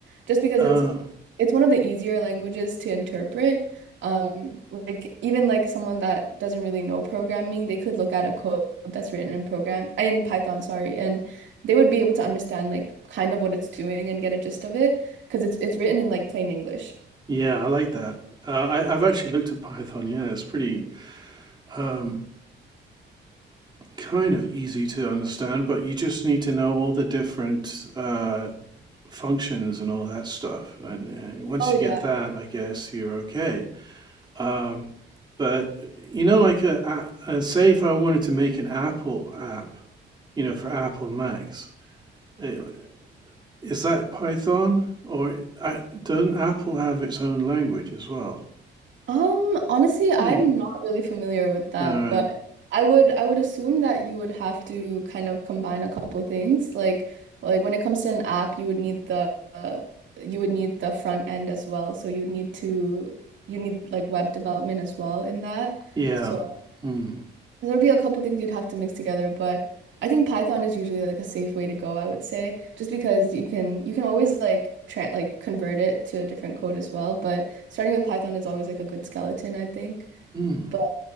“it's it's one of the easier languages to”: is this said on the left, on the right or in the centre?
Right